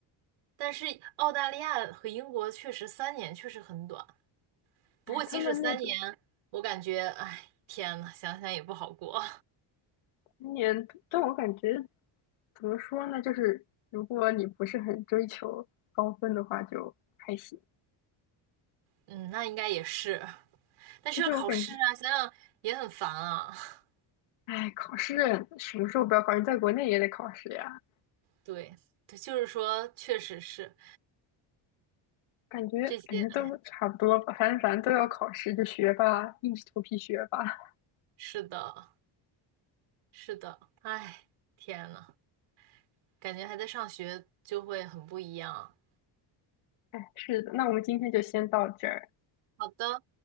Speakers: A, on the right (about 75°); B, on the left (about 80°).
A: 但是澳大利亚和英国确实三年确实很短，不过即使三年，
B: 哎，他们那个
A: 我感觉，哎，天呐，想想也不好过。
B: 今年，但我感觉怎么说呢，就是如果你不是很追求高分的话，就还行。
A: 嗯，那应该也是，但是要考试啊，
B: 而且我感觉，
A: 想想也很烦啊。<laughs>
B: 哎，考试什么时候不要考试？在国内也得考试呀，
A: 对，对，就是说，确实是
B: 感觉感觉都差不多吧，
A: 这些，哎，
B: 反正反正都要考试，就学吧，硬着头皮学吧。
A: 是的，是的，哎，天呐，感觉还在上学就会很不一样。
B: 哎，是的，那我们今天就先到这儿。
A: 好的。